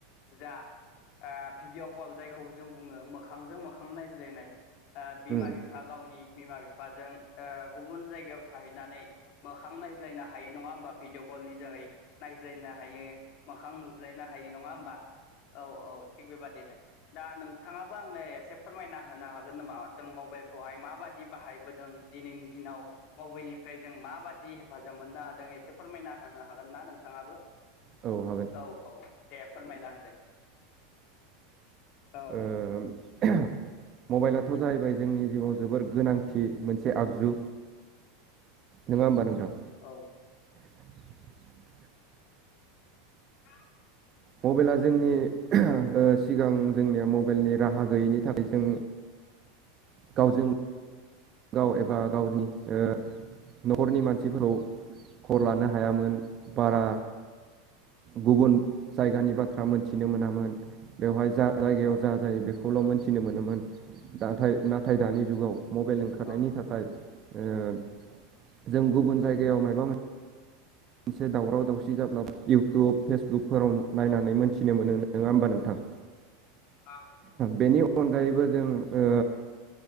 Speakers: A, on the left; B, on the right.
A: जा ओ भिडिअ' कल जायखौबो जों बुङो मोखांजों मोखां नायज्लायनाय ओ बिमा
B: औ
A: बिफा गावनि बिमा बिफाजों ओ गुबुन जायगायाव थाहैनानै मोखां नायज्लायनो हायो नङा होमबा भिडिअ कल नि जोहै नायज्लायनो हायो मोखां नुज्लायनो हायो नङा होमबा औ औ थिग बेबादिनो दा नोंथाङाबो आंनो एसे फोरमायना होनो हागोन नामा जों मबाइलखौहाय माबायदि बाहाय बोदों दिनैनि दिनाव मबाइलनिफ्राय जों माबादि हेफाजाब मोननो हादों एसे फोरमायना होनो हागोन ना नोंथाङाबो
B: हागोन।
A: औ औ दे फोरमायना होदो औ
B: ओ ओहु मबाइलाथ' जाहैबाय जोंनि जिउआव जोबोर गोनांथि मोनसे आगजु नङा होमबा नोंथां
A: औ
B: <inaudible>
A: मा
B: मबाइला जोंनि ओ सिगां जोंनिया मबाइलनि राहा गैयैनि थाखाय जों गावजों गाव एबा गावनि ओ न'खरनि मानसिफोरखौ खबर लानो हायामोन बारा गुबुन जायगानि बाथ्रा मोनथिनो मोनामोन बेवहाय जा जायगायाव
A: औ औ
B: जा जायो बेखौ खौल' मोनथिनो मोनोमोन नाथाय नाथाय दानि जुगाव मबाइल ओंखारनायनि
A: औ
B: थाखाय खाय ओ जों गुबुन जायगायाव मा मोन मोनसे दावराव दावसि जाब्ला इउटुब फेसबुकफोराव नायनानै मोन्थिनो मोनो नङा होमबा नोंथां
A: औ
B: बेनि अनगायैबो जों ओ